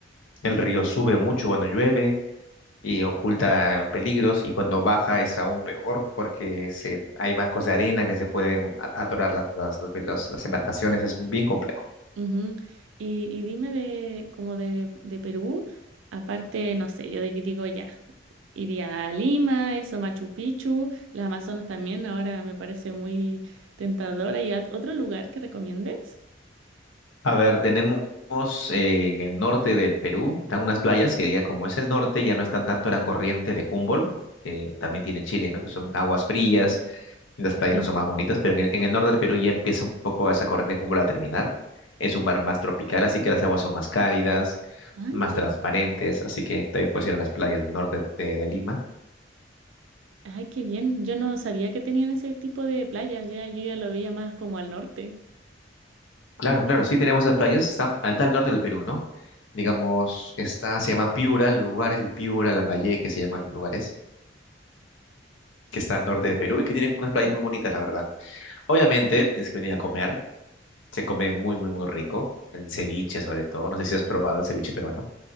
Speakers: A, on the left (about 85°); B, on the right (about 80°).
A: El río sube mucho cuando llueve y oculta peligros. Y cuando baja es aún peor porque se, hay bancos de arena que se pueden a- atorar las, las, los- los- las embarcaciones. Es bien complejo.
B: Ujú. Y, y dime de, como de, de Perú, aparte, no sé, yo de que digo ya, iría a Lima, eso, Machu Picchu, las Amazonas también, ahora me parece muy tentadora. ¿Y a otro lugar que recomiendes?
A: A ver, tenemos eh, en el norte del Perú, están unas playas que ya como es el norte, ya no están tanto en la corriente de Humboldt, que también tiene Chile, ¿no? Que son aguas frías, las playas
B: Sí.
A: no son más bonitas, pero en el, en el norte del Perú ya empieza un poco esa corriente de Humboldt a terminar. Es un mar más tropical, así que las aguas son más cálidas,
B: ah
A: más
B: mira
A: transparentes, así que también puedes ir a las playas del norte de, de Lima.
B: Ay, qué bien. Yo no sabía que tenían ese tipo de playas. Ya, yo ya lo veía más como al norte.
A: Claro, claro, sí tenemos esas playas, están al tal norte del Perú, ¿no? Digamos, está, se llama Piura, el lugar es el Piura, Lambayeque, se llaman los lugares que está al norte de Perú y que tienen unas playas
B: ¿ya?
A: muy bonitas, la verdad. Obviamente, tienes que venir a comer. Se come muy, muy, muy rico. El ceviche, sobre todo. No sé si has probado el ceviche peruano.